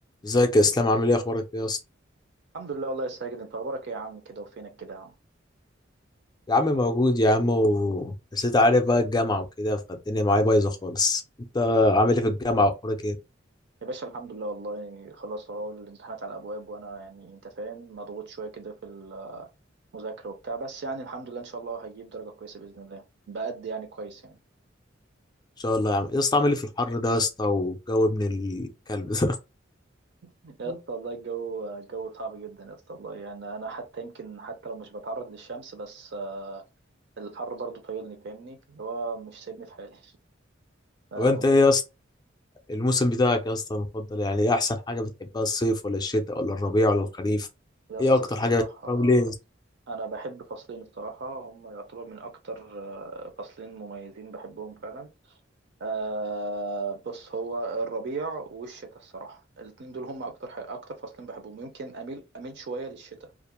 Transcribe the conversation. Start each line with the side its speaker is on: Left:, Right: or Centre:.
Left: ازيك يا اسلام عامل ايه اخبارك ايه يا اسطى
Right: الحمد لله والله يا ساجد انت اخبارك ايه يا عم كده وفينك كده يا عم
Left: يا عم موجود يا عم و... بس انت عارف بقى الجامعه وكده فالدنيا معايا بايظه خالص انت عامل ايه في الجامعه واخبارك ايه ان
Right: يا باشا الحمد لله والله خلاص اهو الامتحانات على الابواب وانا يعني انت فاهم مضغوط شويه كده في المذاكره وبتاع بس يعني الحمد لله ان شاء الله هجيب درجه كويسه باذن الله بقد يعني كويس يعني
Left: شاء الله يا عم يا اسطى عامل ايه في الحر ده يا اسطى والجو ابن الكلب ده
Right: يا
Left: <laughs>
Right: اسطى والله الجو الجو صعب جدا يا اسطى والله يعني انا حتى يمكن حتى لو مش بتعرض للشمس بس الحر برضو طايلني فاهمني اللي هو مش سايبني في حالي <laughs> آه،
Left: طب انت
Right: ربنا
Left: ايه يا اسطى الموسم بتاعك يا اسطى المفضل يعني ايه احسن حاجه بتحبها الصيف ولا الشتاء ولا الربيع ولا الخريف
Right: يا اسطى
Left: ايه اكتر
Right: الصراحه
Left: حاجه بتحبها وليه يا اسطى
Right: انا بحب فصلين الصراحه هم يعتبر من اكتر آه، فصلين مميزين بحبهم فعلا آه، بص هو الربيع والشتاء الصراحه الاتنين دول هم اكتر حاجة اكتر فصلين بحبهم يمكن اميل اميل شويه للشتاء